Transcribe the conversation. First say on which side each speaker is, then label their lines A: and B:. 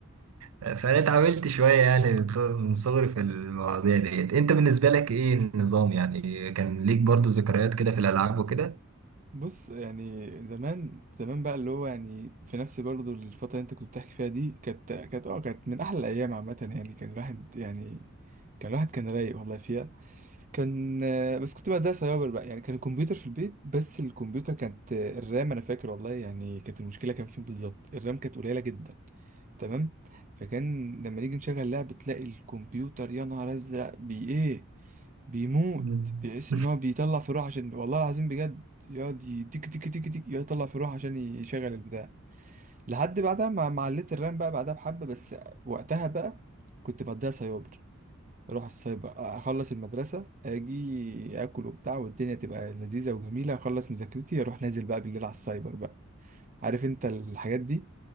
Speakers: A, on the right (about 80°); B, on the right (about 35°).
A: فانا اتعاملت شويه يعني من طو- من صغري في المواضيع ديت انت بالنسبه لك ايه النظام يعني كان ليك برضو ذكريات كده في الالعاب وكده
B: بص يعني زمان زمان بقى اللي هو يعني في نفس برضه الفترة اللي انت كنت بتحكي فيها دي كانت كانت اه كانت من أحلى الأيام عامة يعني كان الواحد يعني كان الواحد كان رايق والله فيها كان آه، بس كنت بقى ده سايبر بقى يعني كان الكمبيوتر في البيت بس الكمبيوتر كانت آه، الرام انا فاكر والله يعني كانت المشكله كان فين بالظبط الرام كانت قليله جدا تمام فكان لما نيجي نشغل لعبه تلاقي الكمبيوتر يا نهار ازرق بي ايه بيموت
A: <laughs>
B: بيحس ان هو بيطلع في روح عشان والله العظيم بجد يقعد ي- تك تك تك تك يقعد يطلع في روح عشان يشغل البتاع لحد بعدها ما ما عليت الرام بقى بعدها بحبه بس وقتها بقى كنت بديها سايبر اروح السايبر اخلص المدرسه اجي اكل وبتاع والدنيا تبقى لذيذه وجميله اخلص مذاكرتي اروح نازل بقى بالليل على السايبر بقى عارف انت الحاجات دي